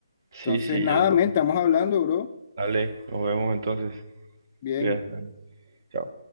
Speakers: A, on the right; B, on the left.
A: Sí,
B: Entonces,
A: sí,
B: nada,
A: ya.
B: men, estamos hablando, bro.
A: Dale, nos vemos entonces.
B: Bien.
A: Cuídate. Dale. Chao.